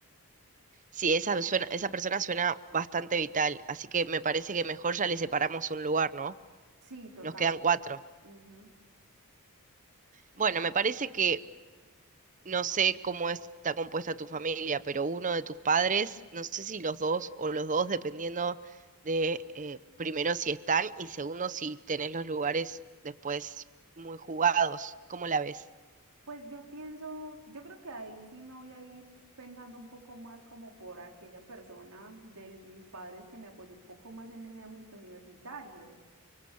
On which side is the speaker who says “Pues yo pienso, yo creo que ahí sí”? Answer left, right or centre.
Right